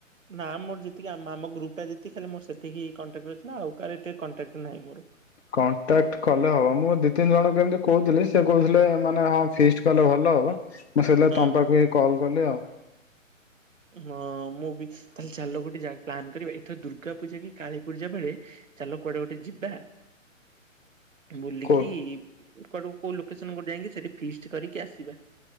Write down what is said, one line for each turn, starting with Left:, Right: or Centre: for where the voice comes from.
Right: ନା ମୋର ଯେତିକି ଆମ ଆମ ଗ୍ରୁପ୍ ଟା ଯେତିକି ଖାଲି ମୋ ସେତିକି କଟାକ୍ଟ ରେ ଅଛନ୍ତି ଆଉ କାହାର ଏତେ କଣ୍ଟାକ୍ଟ ନାହିଁ ମୋର।
Left: କଣ୍ଟାକ୍ଟ କଲେ ହବ ମୁଁ ଦି ତିନି ଜଣଙ୍କୁ ଏମିତି କହୁଥିଲି ସେ କହୁଥିଲେ ଏ ମାନେ ହଁ ଫିଷ୍ଟ କଲେ ଭଲ ହବ। ମୁଁ ସେଇଲାଗି
Right: ହଁ।
Left: ତମ ପାଖକୁ ଏଇ କଲ୍ କଲି ଆଉ।
Right: ହଁ ମୁଁ ବି ତାହେଲେ ଚାଲ ଗୋଟେ ଜା ପ୍ଲାନ୍ କରିବା ଏଥର ଦୁର୍ଗା ପୂଜା କି କାଳୀ ପୂଜା ବେଳେ ଚାଲ କୁଆଡେ ଗୋଟେ ଯିବା ବୁଲିକି
Left: କୋ
Right: କୁଆଡୁ କୋଉ ଲୋକେସନ ଯାଇକି ସେଠି ଫିଷ୍ଟି କରିକି ଆସିବା।